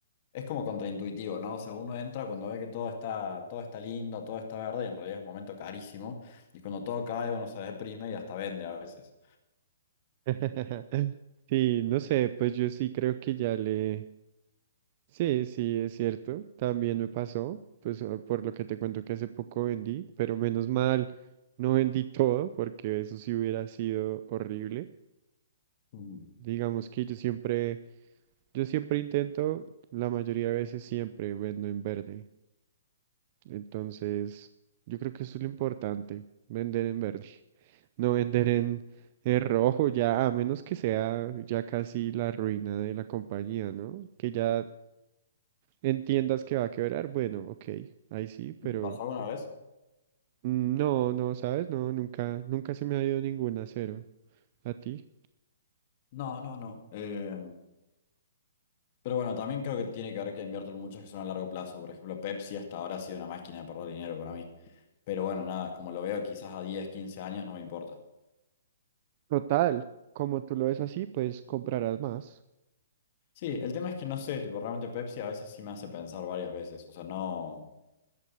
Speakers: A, on the left (about 45°); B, on the right (about 40°).
A: es como contraintuitivo, ¿no? O sea, uno entra cuando ve que todo está, todo está lindo, todo está verde, y en realidad es un momento carísimo, y cuando todo cae uno se deprime y hasta vende a veces.
B: <laughs> Sí, no sé, pues yo sí creo que ya le... Sí, sí, es cierto. También me pasó, pues ah, por lo que te cuento que hace poco vendí, pero menos mal no vendí todo porque eso sí hubiera sido horrible.
A: Mm.
B: Digamos que yo siempre, yo siempre intento, la mayoría de veces siempre vendo en verde. Entonces, yo creo que eso es lo importante, vender en verde. <laughs> No vender en, en rojo ya, a menos que sea ya casi la ruina de la compañía, ¿no? Que ya entiendas que va a quebrar, bueno, ok, ahí sí, pero
A: ¿Te pasó alguna vez?
B: mm, no, no, ¿sabes? No, nunca, nunca se me ha ido ninguna a cero. ¿A ti?
A: No, no, no. Eh, pero bueno, también creo que tiene que ver que invierten muchos que son a largo plazo. Por ejemplo, Pepsi hasta ahora ha sido una máquina de perder dinero para mí. Pero bueno, nada, como lo veo quizás a 10 15 años no me importa.
B: Total, como tú lo ves así, pues comprarás más.
A: Sí, el tema es que no sé, tipo, realmente Pepsi a veces sí me hace pensar varias veces. O sea, no,